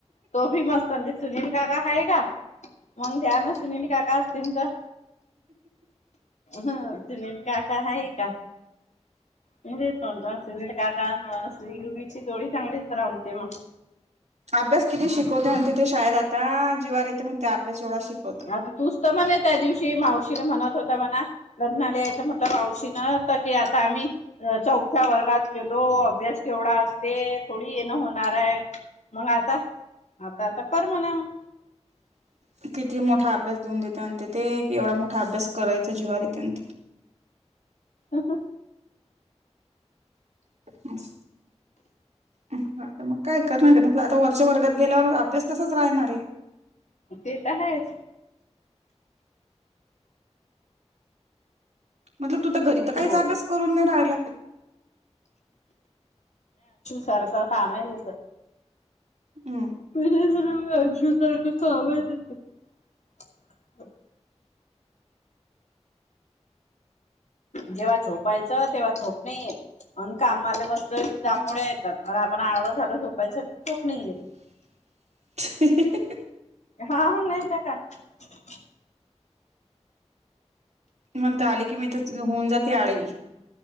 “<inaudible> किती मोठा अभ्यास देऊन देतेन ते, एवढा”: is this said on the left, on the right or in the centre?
Right